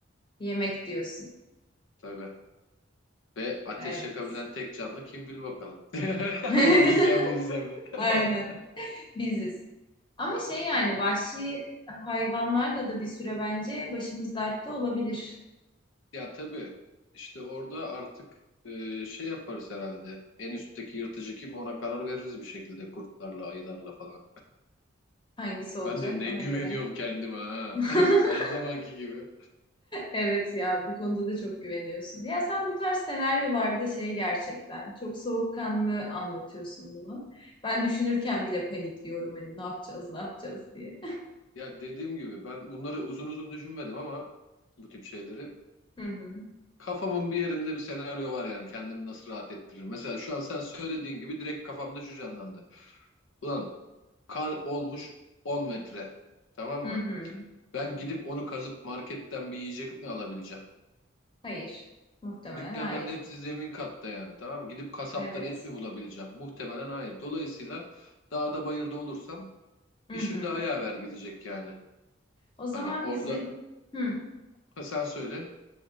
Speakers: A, on the left (about 25°); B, on the left (about 75°).
A: yemek diyorsun.
B: tabii. Ve ateş
A: Evet.
B: yakabilen tek canlı kim bil bakalım. <laughs>
A: <laughs>
B: Öyle Gizemli gizemli. <laughs>
A: Aynen. biziz. Ama şey yani vahşi hayvanlarla da bir süre bence başımız dertte olabilir.
B: Ya tabii işte orada artık e, şey yaparız herhalde. En üstteki yırtıcı kim ona karar veririz bir şekilde kurtlarla, ayılarla falan.
A: Hangisi olacak
B: Ben de ne
A: ona
B: güveniyorum
A: göre.
B: kendime ha.
A: <laughs>
B: <laughs> Her zamanki gibi.
A: Evet ya bu konuda da çok güveniyorsun. Ya sen bu tarz senaryolarda şey gerçekten çok soğukkanlı anlatıyorsun bunu. Ben düşünürken bile panikliyorum hani ne yapacağız ne yapacağız diye.
B: Ya dediğim gibi ben bunları uzun uzun düşünmedim ama bu tip şeyleri.
A: <laughs> Hı hı.
B: Kafamın bir yerinde bir senaryo var yani kendimi nasıl rahat ettiririm. Mesela şu an sen söylediğin gibi direkt kafamda şu canlandı. Ulan kar olmuş 10 metre tamam
A: Hı
B: mı?
A: hı.
B: Ben gidip onu kazıp marketten bir yiyecek mi alabileceğim?
A: Hayır. Muhtemelen
B: Dükkanların
A: hayır.
B: hepsi zemin katta yani tamam mı? Gidip kasaptan
A: Evet.
B: et mi bulabileceğim? Muhtemelen hayır. Dolayısıyla dağda bayırda olursam
A: Hı
B: işim
A: hı.
B: daha yaver gidecek yani.
A: O zaman
B: Hani orada
A: bizim hı.
B: Ha, sen söyle.